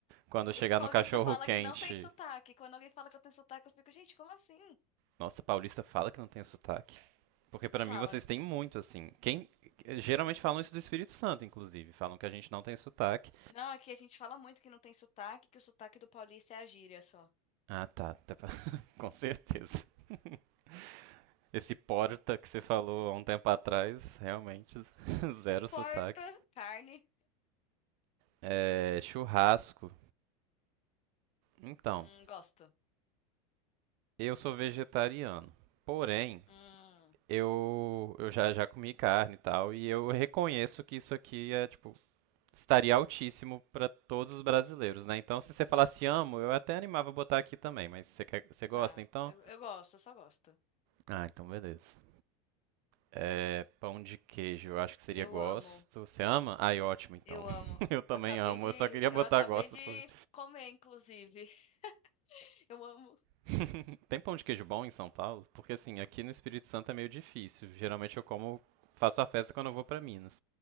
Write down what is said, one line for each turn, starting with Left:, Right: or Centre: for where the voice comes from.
Right: Quando eu chegar
Left: Paulista
Right: no cachorro
Left: fala
Right: quente.
Left: que não tem sotaque. Quando alguém fala que eu tenho sotaque, eu fico, gente, como assim?
Right: Nossa, paulista fala que não tem sotaque. Porque pra
Left: Fala.
Right: mim vocês têm muito, assim. Quem geralmente falam isso do Espírito Santo, inclusive, falam que a gente não tem sotaque.
Left: Não, aqui a gente fala muito que não tem sotaque, que o sotaque do paulista é a gíria só.
Right: Ah, tá, tá. com certeza. <laughs> Esse porta que você falou há um tempo atrás, realmente <laughs> zero sotaque.
Left: Porta, carne.
Right: É, churrasco. Então,
Left: Hum, gosto.
Right: eu sou vegetariano. Porém,
Left: Hum,
Right: eu, eu já, já comi carne e tal, e eu reconheço que isso aqui é tipo estaria altíssimo para todos os brasileiros, né? Então, se você falasse amo, eu até animava a botar aqui também, mas você, quer- você gosta,
Left: tá.
Right: então?
Left: Eu, eu gosto, eu só gosto.
Right: Ah, então beleza. É, pão de queijo, eu acho que seria
Left: Eu
Right: gosto.
Left: amo,
Right: Você ama? Ai, ótimo, então.
Left: eu
Right: <laughs>
Left: amo.
Right: Eu também
Left: acabei
Right: amo,
Left: de,
Right: eu só queria
Left: eu
Right: botar
Left: acabei
Right: gosto.
Left: de
Right: Por...
Left: comer, inclusive. <laughs> Eu amo.
Right: <laughs> Tem pão de queijo bom em São Paulo? Porque assim, aqui no Espírito Santo é meio difícil. Geralmente eu como, faço a festa quando eu vou para Minas.